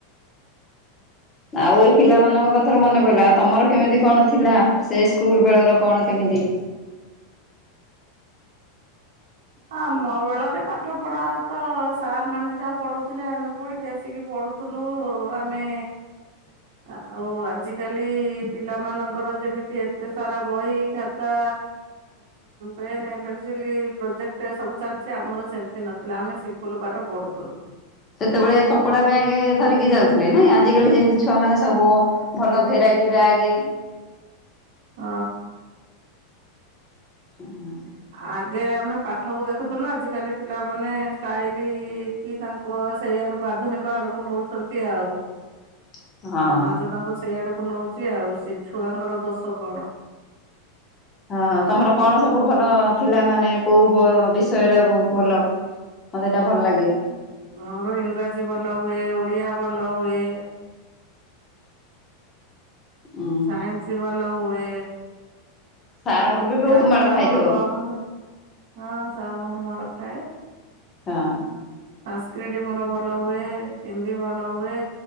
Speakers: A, on the left (about 15°); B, on the right (about 65°).
A: ଆଉ ଏଇ ପିଲାମାନଙ୍କ କଥାରୁ ମନେ ପଇଲା ଆଉ ତମର କେମିତି କଣ ଥିଲା ସେ ସ୍କୁଲ ବେଳର କଣ କେମିତି?
B: ଆମ ବେଳରେ ପାଠ ପଢା ତ ସାର୍ ମାନେ ଯାହା ପଢଉଥିଲେ ଆମେ ପଢିକି ଆସିକି ପଢୁ ଥୁଲୁ ଆମେ ଆଉ ଆଜିକାଲି ପିଲାମାନଙ୍କର ଯେମିତି ଏତେ ସାରା ବହି ଖା ତା ପେନ୍ ପେନ୍ସିଲ୍ ପ୍ରୋଜେକ୍ଟ ଗଟେ ସବୁ ଚାଲିଛି ଆମର ସେମିତି ନଥିଲା ଆମେ ସିମ୍ପୁଲ ପାଠ ପଢୁଥୁଲୁ।
A: ସେତେବେଳେ କପଡା ବ୍ୟାଗେ ଧରିକି ଯାଉଥିଲେ ନାଇଁ ଆଜିକାଲି ଯେମିତି ଛୁଆ ମାନେ ସବୁ ଭଲ ଭେରାଇଟି ବ୍ୟାଗେ
B: ଅ।
A: ହଁ।
B: ଆଗେ ଆମେ ପାଠକୁ ଦେଖୁଥିଲୁ ଆଜିକାଲି ପିଲାମାନେ ଷ୍ଟାଇଲି ଇ କି ତାଙ୍କୁ ସେଇ ଆଡକୁ ଆଧୁନିକ ଆଡକୁ ନଉଛନ୍ତି ଆଉ।
A: <inaudible> ହଁ।
B: ସମାଜ ତାଙ୍କୁ ସେଇଆଡକୁ ନଉଛି ଆଉ ସେ ଛୁଆଙ୍କର ଦୋଷ କଣ।
A: ହଁ ତମର କଣ ସବୁ ଭଲ ଥିଲା ମାନେ କୋଉ ବ ବିଷୟ ଟା ଭଲ? ମୋତେ ଏଇଟା ଭଲ ଲାଗେ। -
B: ମୋର ଇଂରାଜୀ ଭଲ ହୁଏ, ଓଡିଆ ଭଲ ହୁଏ।
A: ହୁଁ।
B: ସାଇନ୍ସ ଭଲ ହୁଏ।
A: ସାରଙ୍କଠୁ ବି ବହୁତ
B: ମ୍ୟାର୍ଥ
A: ମାଡ
B: ଟା
A: ଖାଇଥିବ?
B: ଆମର କମ ହୁଏ, ହଁ ସାରଙ୍କଠୁ ମାଡ଼ ଖାଏ।
A: ହଁ।
B: ସଂନ୍ସକ୍ରିଟ୍ ମୋର ଭଲ ହୁଏ ହିନ୍ଦୀ ଭଲ ହୁଏ।